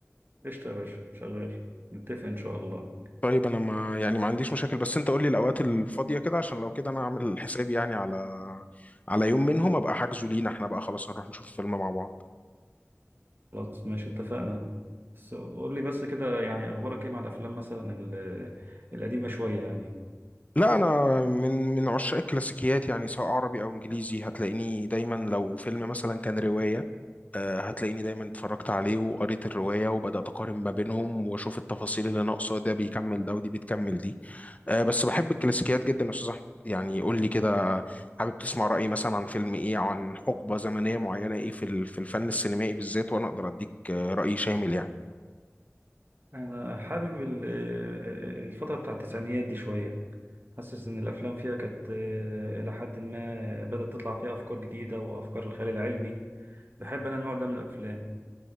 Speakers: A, on the right; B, on the left.
A: قشطة يا باشا شغال نتفق ان شاء الله
B: طيب انا ما يعني ما عنديش مشاكل بس انت قول لي الاوقات الفاضيه كده عشان لو كده انا اعمل حسابي يعني على على يوم منهم ابقى حاجزه لينا احنا بقى خلاص هنروح نشوف فيلم مع بعض
A: خلاص ماشي اتفقنا بس قول لي بس كده يعني اخبارك ايه مع الافلام مثلا ال- القديمه شويه يعني
B: لا انا من من عشاق الكلاسيكيات يعني سواء عربي او انجليزي هتلاقيني دايما لو فيلم مثلا كان روايه آه، هتلاقيني دايما اتفرجت عليه وقريت الرواية وبدأت أقارن ما بينهم وأشوف التفاصيل اللي ناقصة ده بيكمل ده ودي بتكمل دي آه، بس بحب الكلاسيكيات جدا يا أستاذ أحمد يعني قول لي كده حابب تسمع رأيي مثلا عن فيلم إيه أو عن حقبة زمنية معينة إيه في ال- في الفن السينمائي بالذات وأنا أقدر أديك آه، رأي شامل يعني
A: انا حابب ال- الفتره بتاع التسعينيات دي شويه حاسس ان الافلام فيها كانت آه، الى حد ما بدات تطلع فيها افكار جديده وافكار الخيال العلمي بحب انا النوع ده من الافلام